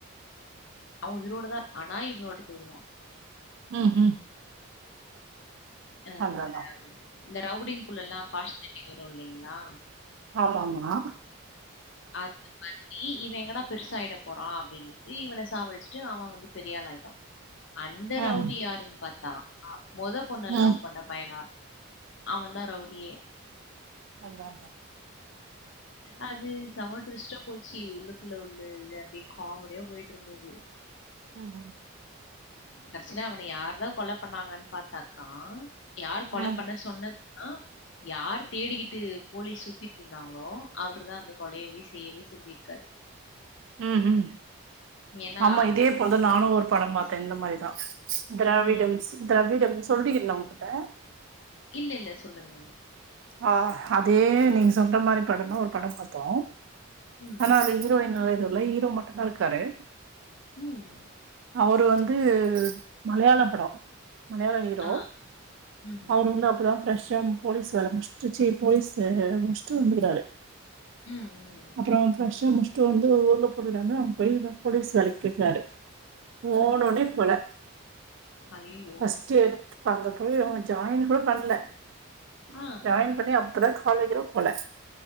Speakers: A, on the left; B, on the right.
A: அவ உயிரோடுதா ஆனா இவள விட்டு போய்டுவா
B: ம் ம்
A: அப்றம்
B: அதா அதா
A: இந்த ரவ்டிங்குள்ளலா பார்ஸியாலிட்டி வரு இல்லிங்ளா
B: ஆமாமா
A: அது மாதிரி இவ எங்கடா பெருசாய்ட போறா அப்டின்னு இவன சாவடிச்ட்டு அவ வந்து பெரியாளாயிட்டா அந்த
B: ம்
A: ரவ்டி யாருன் பாத்தா மொத பொண்ண
B: ம்
A: லவ் பண்ண பையனார் அவந்தா ரவ்டியே
B: அதாதா
A: அது செம டுவிஸ்டா போச்சி உள்ளுக்குள்ள உள்ள இல்ல அப்டியே காமெடியா போயிட்ருந்தது
B: ம் ம்
A: கடசில அவன யார்தா கொல பண்ணாங்கன் பாத்தாக்கா யாரு கொல
B: ம்
A: பண்ண சொன்ன னா யார் தேடிகிட்டு போலீஸ் சுத்திட்ருந்தாங்ளோ அவருதா அந்த கொலயவே செய்யவே சொல்லிருக்காரு
B: ம் ம்
A: ஏன்னா
B: ஆமா இதே போல்தா நானு ஒரு படம் பாத்தே இந்த மாரிதா திராவிடம்ஸ்
A: ம்
B: திரவிடம் சொல்லிருந்தே உங்கிட்ட
A: இல்லல்ல சொல்லுங்
B: ஆ அதே நீங்க சொல்ற மாரி படதா ஒரு படம் பாத்தோ
A: ம்
B: ஆனா அது ஹீரோயின் எதுல்ல ஹீரோ மட்டுந்தாருக்காரு
A: ம் ம்
B: அவரு வந்து மலையாள பட மலையாள ஹீரோ
A: ஆ. ம்ஹ்ம்.
B: அவரு வந்து அப்பதா ஃப்ரஷ்ஷா போலீஸ் வேல முடிஸ் ச்சி போலீஸ்சு முடிசுட்டு வந்துருக்கிறாரு
A: ம் ம்.
B: அப்றோ ஃபிரெஷ்ஷா முச்டு வந்து ஒரு ஊர்ல போறாங்க அவுங்க இத போலீஸ் வேலக்கு போயிக்கிறாரு போனோனெ
A: ம், ம்.
B: கொல
A: ஐயய்யோ!
B: ஃபஸ்ட் எடுத் இப்ப அங்க போய் அவங்க ஜாய்ன் கூட பண்ல
A: ஆ.
B: ஜாய்ன் பண்ணி அப்ப தா காலேஜ் கூட போல